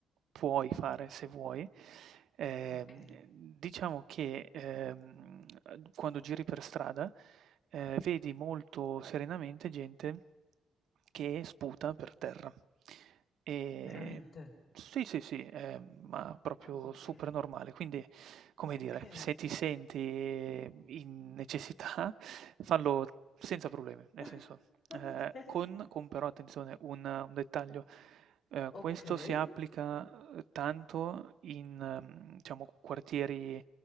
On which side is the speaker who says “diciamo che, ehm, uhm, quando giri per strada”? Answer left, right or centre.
Right